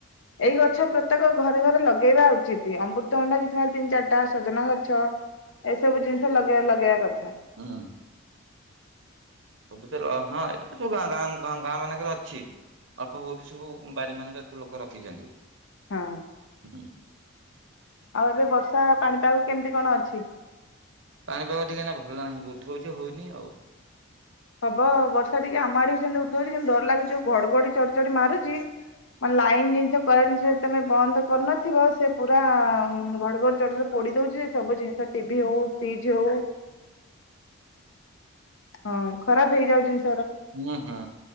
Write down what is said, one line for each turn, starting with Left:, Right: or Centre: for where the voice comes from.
Left: ଏଇ ଗଛ ପ୍ରତ୍ୟେକ ଘରେ ଘରେ ଲଗେଇବା ଉଚିତ୍। ଅମୃତଭଣ୍ଡା କିଛି ନହେଲେ ତିନି ଚାରିଟା ସଜନା ଗଛ ଏସବୁ ଜିନିଷ ଲଗେଇବା ଲଗେଇବା କଥା।
Right: ହଁ। ସବୁ ତ ହଁ ଏଇଟା ସବୁଁଁ ଗାଁ ଗାଁ ମାନଙ୍କରେ ଅଛି। ଅଳ୍ପ ବହୁତ ସବୁ ବାରି ମାନଙ୍କରେ ସବୁ ଲୋକ ରଖିଛନ୍ତି।
Left: ହଁ।
Right: <inaudible>
Left: ଆଉ ଏବେ ବର୍ଷା ପାଣିପାଗ କେମିତି କଣ ଅଛି?
Right: ପାଣିପାଗ ଟିକେ ନା ଭଲ ନାହିଁ। ଉଠଉଛି ହଉନି ଆଉ।
Left: ହବ ବର୍ଷା ଟିକେ ଆମ ଆଡେ ବି ସେମିତି ଉଠଉଛ। କିନ୍ତୁ ଡର ଲାଗୁଛି ଯୋଉ ଘଡଘଡି ଚଡଚଡି ମାରୁଛି ମାନେ ଲାଇନ ଜିନିଷ କରେଣ୍ଟ ଜିନିଷ ତମେ ଯଦି ବନ୍ଦ କରିନଥିବ ସେ ପୁରା ଘଡଘଡି ଚଡଚଡ଼ି ରେ ପୋଡି ଦଉଛି ସବୁ ଜିନିଷ ଟିଭିି ହଉ ଫ୍ରିଜ ହଉ ହଁ ଖରାପ ହେଇଯାଉ ଜିନ
Right: ହୁଁ ହଁ